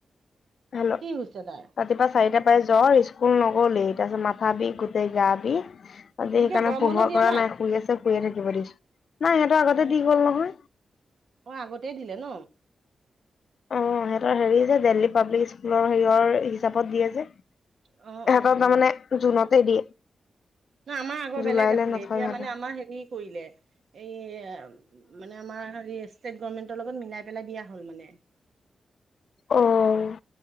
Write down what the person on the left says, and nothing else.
হেল্ল
বাত
ৰাতিপুৱা চাৰিটা পাই জ্বৰ স্কুল নগলেই। তাৰপিছত মাথা বিষ, গোটেই গা বিষ। ৰাতি সেইকাৰণে
পঢ়িব
পৰা নাই। শুই আছে, শুয়ে থাকিব দিছো। নাই, সিহঁতৰ আগতে
দি হ'ল নহয়।
অ সিহঁতৰ হেৰি যে দেল্হী পাব্লিক স্কুলৰ হেৰিয়ৰ হিচাপত দিয়ে যে।
ইহঁতক
তাৰমানে জুনতে দিয়ে।
জুলাইলৈ
নথয়
সিহঁতৰ
অ অ